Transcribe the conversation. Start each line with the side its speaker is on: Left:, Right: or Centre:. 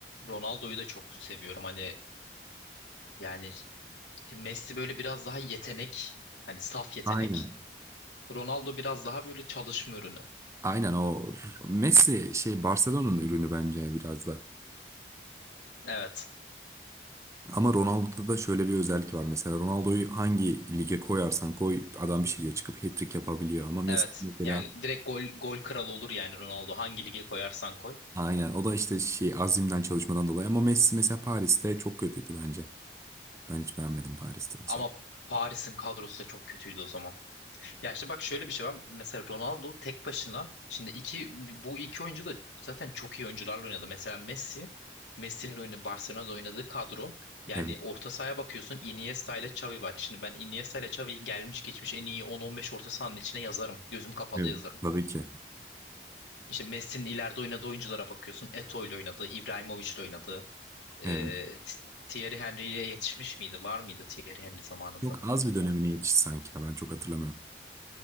Left: Ronaldo'yu da çok seviyorum. Hani yani Şimdi Messi böyle biraz daha yetenek, hani saf yetenek.
Right: Aynen.
Left: Ronaldo biraz daha böyle çalışma ürünü.
Right: Aynen o Messi şey Barcelona'nın ürünü bence biraz da.
Left: Evet.
Right: Ama Ronaldo'da da şöyle bir özellik var. Mesela Ronaldo'yu hangi lige koyarsan koy adam bir şekilde çıkıp hat-trick yapabiliyor. Ama Messi
Left: Evet.
Right: mesela
Left: Yani direkt gol gol kralı olur yani Ronaldo. Hangi lige koyarsan koy.
Right: aynen o da işte şey azimden çalışmadan dolayı. Ama Messi mesela Paris'te çok kötüydü bence. Ben hiç beğenmedim Paris'te mesela.
Left: Ama Paris'in kadrosu da çok kötüydü o zaman. Ya işte bak şöyle bir şey var. Mesela Ronaldo tek başına şimdi iki bu iki oyuncu da zaten çok iyi oyuncularla oynadı. Mesela Messi Messi'nin oyunu Barcelona'da oynadığı kadro yani
Right: Evet.
Left: orta sahaya bakıyorsun Iniesta ile Xavi var. Şimdi ben Iniesta ile Xavi'yi gelmiş geçmiş en iyi 10-15 orta sahanın içine yazarım. Gözüm kapalı
Right: Evet.
Left: yazarım.
Right: Tabii ki.
Left: İşte Messi'nin ileride oynadığı oyunculara bakıyorsun. Eto'o ile oynadığı, Ibrahimovic ile oynadığı. Ee,
Right: Evet.
Left: T- Thierry Henry'ye yetişmiş miydi? Var mıydı Thierry Henry zamanında?
Right: Çok az bir dönemine yetişti sanki. Ya. Ben çok hatırlamıyorum.